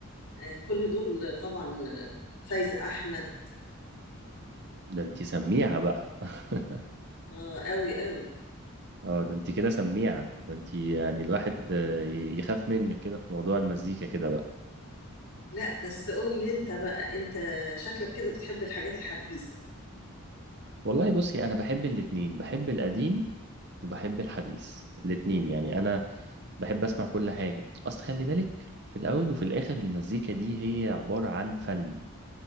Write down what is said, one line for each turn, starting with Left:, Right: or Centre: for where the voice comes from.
Left: اه كل دول طبعا آه، فايزة احمد
Right: ده انت سميعة بقى <laughs>
Left: اه قوي قوي
Right: اه ده انت كده سميعة ده انت يعني الواحد آه، ي- يخاف منك كده في موضوع المزيكا كده بقى
Left: لا بس قول لي انت بقى انت شكلك كده بتحب الحاجات الحديثة
Right: والله بصي انا بحب الاتنين بحب القديم وبحب الحديث الاتنين يعني انا بحب اسمع كل حاجة اصل خلي بالك في الاول وفي الاخر المزيكا دي هي عبارة عن فن